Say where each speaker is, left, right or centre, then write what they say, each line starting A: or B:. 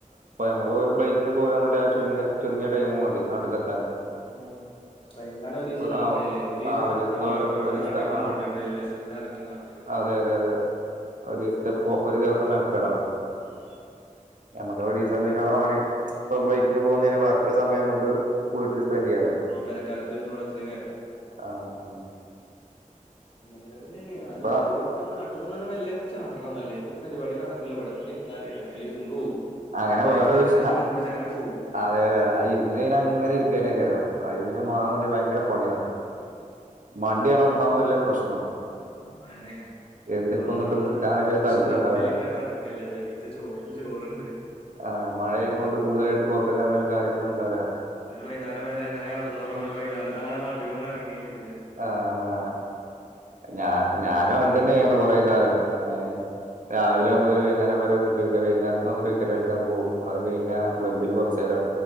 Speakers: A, on the right; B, on the left.
A: അപ്പഞമുക്ക് ഫ്ലൈറ്റിന് പോരാന്ന ചു ചുരുങ്ങിയ ടൈം മതി നട്ടക്ക്ത്താന്
B: ആഹ് ട്രയിനൽ ഒരു ദിവസം കണക്കായില്ലേ
A: ആഹ്
B: ഒരു ദിവസ
A: ആഹ് ഒരീസത്തോലെ
B: എത്താ വേണം പിന്ന ഇവി
A: ഒരീസത്തെ
B: നാിലേും
A: ആഹ്
B: പോകണ്ട്രയിവേ സ്റ്റേഷ ഇറങ്ങി നട്ട
A: അതെ അതെ അതെ ഒരു ഒരു ദിവസം മെനക്കാടാം
B: ഉം
A: നമ്മുക്ക് ഒരീസ പിന്നെ ഇ ഫ്ലൈറ്റിന് പോകുന്നതിന് ബാക്ക സമയം നമുക്ക് വീട്ടില് സ്പെൻഡറ് ചെയ്യാലോ
B: പെരക്കാലത്ത് ഇരുന്നൂടെ അത്രയും നേരം
A: ആഹ്
B: അനക്ക <unintelligible>
A: ഇപ്പൊ
B: നാട്ടിൽ നിന്നെ വല്ല അങ്ങനെ ചാടണം അല്ലേ ഇപ്പൊ ഒരു പരിപാടി നടക്കൂല്ല അവിടെങ്ങനെ ഇരുന്നാലേ അങ്ങനെ ഇരുന്ന് പോകും
A: അങ്ങനെ
B: പിന്നെ അരിരുത്തത്തിന്റെ
A: വേറെ വിഷ
B: സുഖം കുടിച്ച് അങ്ങനെ പോകവും
A: അതെ അതെ ആ ഇരുന്നതിന് അങ്ങനെ ഇരിക്കാനേക്ക അറിയോ അത് പിന്നെ മോന്ന് പറഞ്ഞൽ ഭയങ്കര പണിയാണ്
B: <inaudible>
A: മടിയാണ് ഒന്നാമത്ത പ്രശ്നം
B: ആഹ് അതനെ നിങ്ങൾ
A: എന്തൊക്കെ
B: ഒന്നാമത്
A: ഒന്നൊക്കെ നിക്കാനൊരു താല്പര്യം
B: സുഖത്തി
A: ഉണ്ടാവില്ല
B: ഇങ്ങനെ നടക്ക ല്ലേത്ത ചോറിൽ ചോറുണ്ട്
A: ആഹ് മഴയയും കൊണ്ട് കൂടുതായിട്ട് പുറത്തേക്ക ഇറങ്ങും കാര്ങ്ങളന്നും ഉണ്ടാവില്ല
B: ഒരു വൈകേരം വരെ അങ്ങനെ കടന്നറങ്ങിണ്ട് വൈകുന്നര അങ്ങനെ നാട്ടിൽ കൊന്ന് ഇറങ്ങുകയും
A: ആഹ് ആഹ് ഞ ഞാനും അന്ന്തന്നെയായിരുന്നു കൊറെ കാലം ഏഹ് രാവിലെ മുതൽ വൈകേരം വരെ വീട്ടില വകുന്നേരത്ത ഒന്ന് ക്രിക്കറ്റ് കളിക്കാൻ പോകും അത് കഴിഞ്ഞ ക്ലബ്ബില് കുറച്ചു നേരം